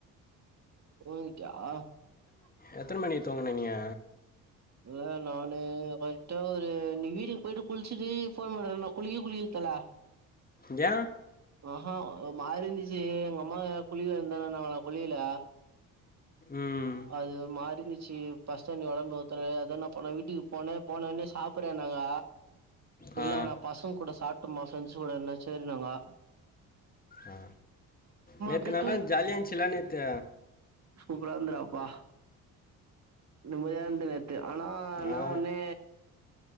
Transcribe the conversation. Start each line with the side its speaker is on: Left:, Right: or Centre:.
Right: <unintelligible> <unintelligible>
Left: எத்தன மணிக்கு தூங்குன நீயீ
Right: இல்ல நானு கரெக்டா ஒரு நீ வீட்டுக்கு போய்ட்டு குள்ச்சிட்டு ஃபோன் பண்ற நா குளிக்வு குளிக்ல தல
Left: ஏ
Right: ஆஹா ஓமாறிந்துச்சி எங்கம்மா குளிக்க <unintelligible> நா குளிக்கில
Left: ம்
Right: அது ஒர் மாரிந்துச் சி பஸ் தண்ணி ஒடம்ப்ல ஊத்துற அதா நா போன வீட்டுக்கு போன போன ஒன்னே சாப்புடுனாங்க
Left: ஆ
Right: இல்ல நா பசங் கூட சாப்டம்மா ஃப்ரெண்ஸோடன்னு சேரினாங்கோ
Left: அ நேத்து
Right: அப்டியே
Left: நல்லா ஜாலிய இந்ச்சுல நேத்து
Right: சூப்ரா இருந்துரா அப்பா நிம்மதியா இந்த நேத் து ஆனா இன்னா
Left: ஆ
Right: ஒன்னு